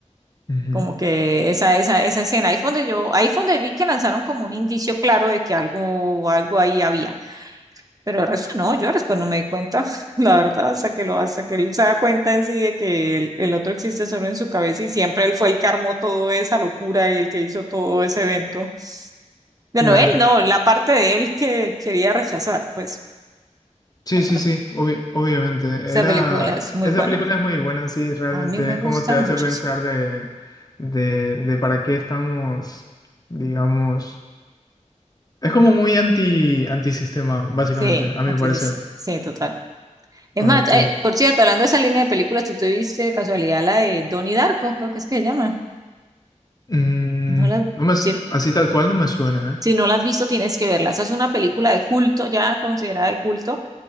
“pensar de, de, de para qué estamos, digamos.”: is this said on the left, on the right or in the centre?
Left